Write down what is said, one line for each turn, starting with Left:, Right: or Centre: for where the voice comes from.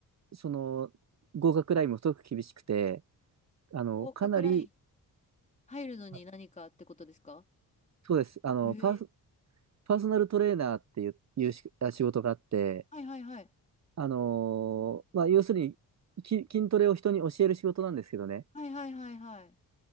Right: その、合格ラインもすごく厳しくて、あの、
Left: 合格ライン
Right: かなり、
Left: 入るのに何かってことですか
Right: あそうです、あの、
Left: へえ。
Right: パーソ、パーソナルトレーナーっていう、いうしあ仕事があって、
Left: はいはいはい。
Right: あの、まあ、要するに、き筋トレを人に教える仕事なんですけどね、
Left: はいはいはいはい。